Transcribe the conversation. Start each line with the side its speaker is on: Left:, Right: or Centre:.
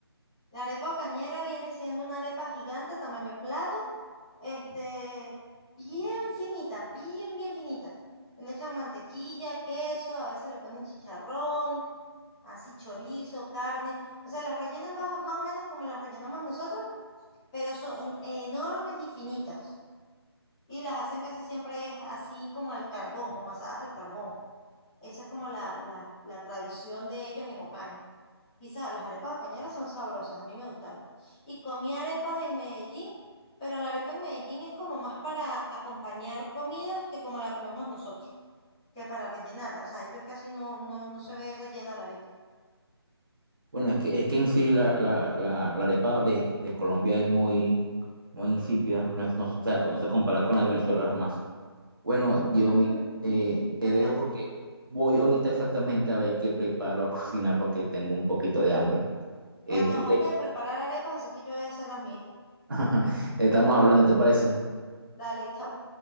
Left: La arepa ocañera viene siendo una arepa gigante tamaño plato este, bien finita, bien, bien finita. Le echan mantequilla, queso, a veces le ponen chicharrón, así chorizo, carne. O sea, las rellenan baja- más o menos como las rellenamos nosotros, pero son enormes y finitas. Y las hacen casi siempre es así como al carbón, como asadas al carbón. Esa es como la, la, la tradición de ellos en Ocaña. Y sa- las arepas de cañera son sabrosas, a mí me gustaron. Y comí arepas en Medellín, pero la arepa en Medellín es como más para acompañar comidas que como la comemos nosotros, que para rellenarla. O sea, ellos casi no, no, no se ve rellena la arepa.
Right: Bueno, es que, es que en sí la, la, la, la arepa de, de Colombia es muy, muy insípida, no, es, no, o sea, no se compara con la de Venezuela jamás. Bueno, Dios
Left: Mm,
Right: mío, te, te
Left: depende.
Right: dejo porque voy ahorita exactamente a ver qué preparo a <laughs> cocinar porque tengo un poquito de hambre. Este,
Left: Me antojaste de preparar arepas, así que yo voy a hacer las mías.
Right: <laughs> estamos hablando, ¿te parece?
Left: Dale, chau.